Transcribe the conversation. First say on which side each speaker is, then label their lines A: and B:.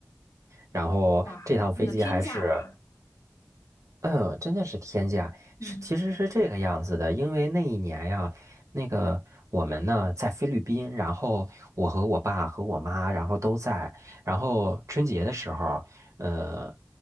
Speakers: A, on the right; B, on the left.
A: 然后这趟飞机还是
B: 哇，那个天价了吧？
A: 嗯，真的是天价，
B: 嗯，
A: 是其实是这个样子的，因为那一年呀，那个我们呢在菲律宾，然后我和我爸和我妈，然后都在，然后春节的时候，呃，